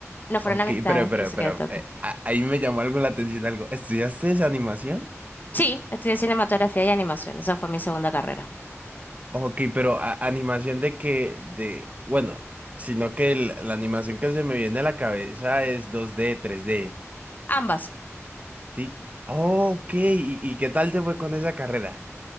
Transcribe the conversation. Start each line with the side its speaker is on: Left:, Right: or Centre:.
Left: no fueron
Right: ok,
Left: amistades
Right: pero, pero,
Left: que se
Right: pero,
Left: quedan tanto.
Right: eh, a- ahí me llamó algo la atención, algo. ¿Estudiaste esa animación?
Left: Sí, estudié cinematografía y animación, esa fue mi segunda carrera.
Right: Ok, pero a- animación de que, de, bueno, sino que el- la animación que se me viene a la cabeza es dos d tres d
Left: Ambas.
Right: ¿sí? Ok, ¿y, y qué tal te fue con esa carrera?